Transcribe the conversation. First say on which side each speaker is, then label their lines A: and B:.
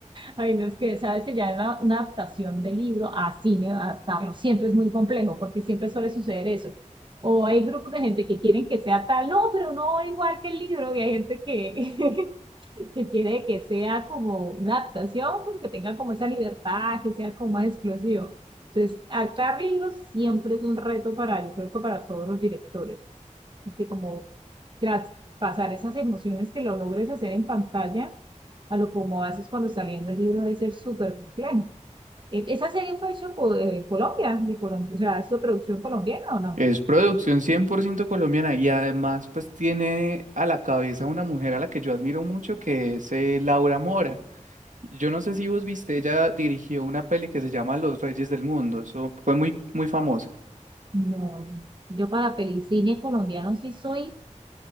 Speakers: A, on the right (about 40°); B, on the right (about 75°).
A: Ay, no, es que sabes que ya la- una adaptación del libro a cine, adaptarlo siempre es muy complejo porque siempre suele suceder eso. O hay grupos de gente que quieren que sea tal, no, pero no igual que el libro, y hay gente que, <laughs> que quiere que sea como una adaptación, pero que tenga como esa libertad, que sea como más explosivo. Entonces, adaptar libros siempre es un reto para, yo creo que para todos los directores porque como traspasar esas emociones que lo logres hacer en pantalla a lo como haces cuando está leyendo el libro debe ser súper complejo. E- ¿Esa serie fue hecha por eh, Colombia, de Colombia, o sea, ¿es su producción colombiana o no?
B: Es producción 100% colombiana y además, pues, tiene a la cabeza una mujer a la que yo admiro mucho, que es eh, Laura Mora. Yo no sé si vos viste, ella dirigió una peli que se llama Los Reyes del Mundo. Eso fue muy, muy famosa.
A: No, yo para pelicine colombiano sí soy